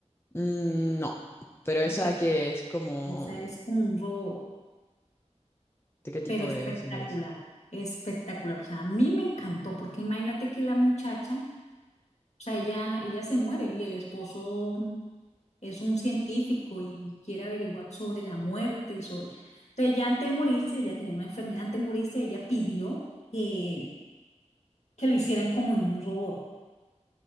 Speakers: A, on the left; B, on the left.
A: Mm, no, pero esa
B: Espectacular.
A: que es como...
B: Esa es como un robot,
A: ¿De qué tipo
B: pero espectacular,
A: de serie es?
B: espectacular. O sea, a mí me encantó, porque imagínate que la muchacha, o sea, ella, ella se muere y el esposo mm, es un científico y quiere averiguar sobre la muerte y sobre... Entonces, ya antes de morirse, ella tenía una enfermedad, antes de morirse, ella pidió que, que lo hicieran como en un robot.